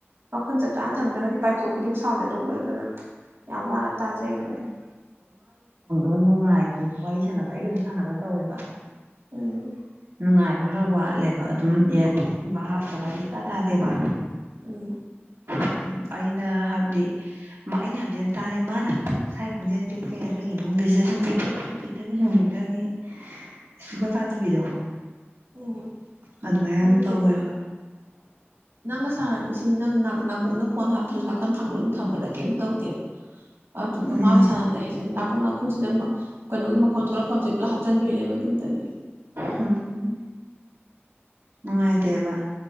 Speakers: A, on the right; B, on the right.
A: ꯃꯈꯨꯜ ꯆꯞ ꯆꯥꯅ ꯊꯝꯗ꯭ꯔꯒꯗꯤ ꯄꯥꯏꯊꯣꯛꯈꯤꯗꯣꯏꯕ ꯁꯥꯎꯟꯁꯦ ꯑꯇꯣꯞꯄ ꯑꯗꯨꯅ ꯌꯥꯝ ꯋꯥꯅ ꯇꯥꯖꯩꯌꯦꯕ ꯑꯩꯅ
B: ꯑꯗꯨ ꯅꯨꯡꯉꯥꯏꯇꯦ ꯋꯥꯔꯤ ꯁꯥꯟꯅꯕ ꯑꯩꯒꯁꯨ ꯁꯥꯟꯅꯕ ꯇꯧꯋꯦꯕ
A: ꯎꯝ
B: ꯅꯨꯡꯉꯥꯏꯕ ꯈꯔ ꯋꯥꯠꯂꯦꯕ ꯑꯗꯨꯝ ꯏꯌꯔ ꯄꯤꯁꯀꯨꯝꯕ ꯍꯥꯞꯇꯔꯒꯗꯤ ꯁꯨꯡꯇꯥ ꯇꯥꯗꯦꯕ
A: ꯎꯝ ꯎꯝ
B: ꯎꯝ ꯑꯩꯅ ꯍꯥꯏꯕꯗꯤ ꯑꯩꯅ ꯍꯥꯏꯕꯗꯤ ꯑꯗꯨꯝ ꯇꯥꯔꯦ ꯃꯥꯅ ꯍꯥꯏꯕꯗꯤ ꯃꯁꯥꯏ ꯈꯣꯟꯖꯦꯜ ꯄꯤꯛꯄꯩ ꯑꯩꯈꯣꯏꯒꯤ ꯁꯤꯗꯩꯗ ꯁꯨꯝ ꯄꯤꯛꯊꯈꯤ ꯁꯨꯝ ꯄꯤꯛꯊꯈꯤ ꯁꯨꯝ ꯄꯤꯛꯊꯈꯤ <unintelligible>
A: ꯎꯝ
B: ꯑꯗꯨꯃꯥꯏ ꯗꯨꯝ
A: ꯑꯗꯨꯅꯦꯃꯤ
B: ꯇꯧꯏꯕ
A: ꯅꯪꯒ ꯁꯥꯅꯔꯗꯤ ꯁꯤ ꯅꯪ ꯅꯥꯀꯣꯡꯗ ꯐꯣꯟ ꯍꯥꯠꯇ꯭ꯔꯁꯨ ꯅꯥꯀꯟ ꯊꯥꯡꯗꯣꯛꯑ ꯊꯝꯕꯗ ꯀꯩꯝ ꯇꯧꯗꯦꯕ ꯑ ꯗꯨꯒ
B: ꯎꯝ
A: ꯃꯥꯒ ꯁꯥꯟꯅ ꯕꯗꯤ ꯑꯩꯖꯦ ꯅ ꯈꯣꯡ ꯅꯥꯈꯨꯟꯖꯤꯗ ꯀꯩꯅꯣꯒꯤ ꯃꯈꯣꯟ ꯊꯣꯛꯂꯛꯄꯝꯖꯦ ꯂꯣꯢ ꯍꯥꯞꯆꯤꯟꯗꯣꯏꯅꯦꯕ ꯑꯗꯨꯅꯠꯇꯗꯤ
B: ꯎꯝ ꯅꯨꯡꯉꯥꯏꯇꯦꯕ